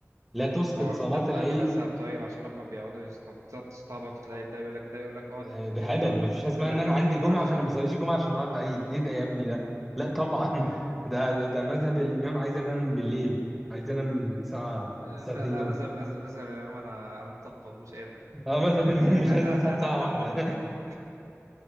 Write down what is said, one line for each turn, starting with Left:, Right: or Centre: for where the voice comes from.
Centre: لا تسقط
Right: ما
Centre: صلاة
Right: ده في
Centre: العيد
Right: انهي مذهب طيب عشان هم بيقعدوا يستبط- يستعبطوا تلاقي ده يقول لك ده يقول لك اه
Centre: ده
Right: دي دي
Centre: ده
Right: تنفع
Centre: هبل
Right: ده
Centre: ما فيش حاجه اسمها
Right: يقول
Centre: ان
Right: لك
Centre: انا
Right: ده ما
Centre: عندي
Right: تنفعش
Centre: جمعه فانا ما اصليش الجمعه عشان النهارده عيد ايه ده يا ابني ده لا طبعا <laughs> ده ده, ده مذهب الامام عايز انام بالليل عايز انام الساعه
Right: آه،
Centre: الساعتين
Right: ما- لا
Centre: دول
Right: مذهب مذهب مذهب الامام انا انا مطبق مش قادر
Centre: اه
Right: <laughs>
Centre: مذهب الامام مش عايز اصحى الساعه واحدة